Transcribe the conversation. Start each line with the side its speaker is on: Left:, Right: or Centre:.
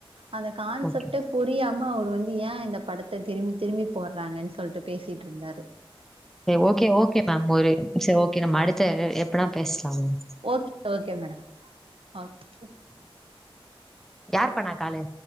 Right: அந்த கான்செப்டே
Centre: ஓகே.
Right: புரி புரியாம அவர் வந்து ஏ இந்த படத்த திரும்பி திரும்பி போடுறாங்கன்னு சொல்ட்டு பேசிட்டுருந்தாரு
Centre: ஓகே ஓகே மேம் ஒரு சேரி ஓகே நம்ம அடுத்த எப்பனா பேசலா ma'am
Right: okay okay madam okay
Centre: யாரு பண்ணா காலு